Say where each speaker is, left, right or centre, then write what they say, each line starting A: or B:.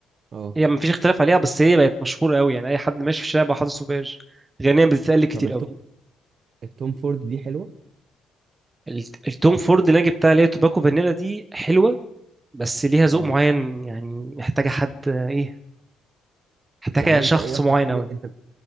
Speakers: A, on the right; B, on the right.
A: اه
B: هي مفيش اختلاف عليها بس هي بقت مشهورة قوي يعني أي حد ماشي في الشارع بقى حاطط سوفيج غنيا بتتقال كتير
A: طب التوم
B: قوي
A: التوم فورد دي حلوه
B: ال- التوم فورد اللي أنا جبتها اللي هي توباكو فانيلا دي حلوة بس ليها ذوق
A: اه
B: معين يعني محتاجة حد آه، إيه محتاجة
A: يعني
B: شخص
A: انت ايه اكتر
B: معين
A: حاجه
B: قوي
A: انت